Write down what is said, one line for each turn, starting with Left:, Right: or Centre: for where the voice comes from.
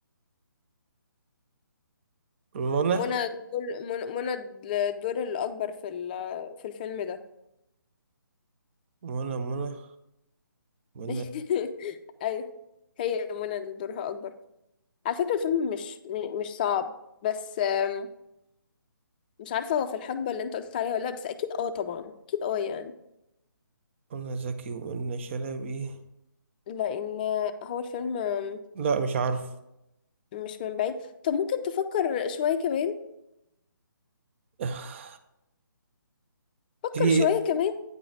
Right: منى
Left: منى الدور منى منى الدور الأكبر في ال- في الفيلم ده
Right: منى منى منى
Left: <laughs> أيوة هي منى اللي دورها أكبر على فكرة الفيلم مش م- مش صعب بس آم، مش عارفة هو في الحقبة اللي انت قلت عليها ولا لأ بس أكيد اه طبعا أكيد اه يعني
Right: منى زكي ومنى شلبي
Left: لأن هو الفيلم آم،
Right: لا مش عارف
Left: مش من بعيد طب ممكن تفكر شوية كمان
Right: <laughs>
Left: فكر
Right: في
Left: شوية كمان